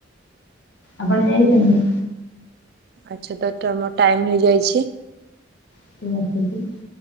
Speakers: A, on the left; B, on the right.
A: ଆପଣ ଯାଇଛନ୍ତି?
B: ଆଚ୍ଛା ତ ମୋ ଟାଇମ୍ ହେଇଯାଇଛି।
A: <unintelligible>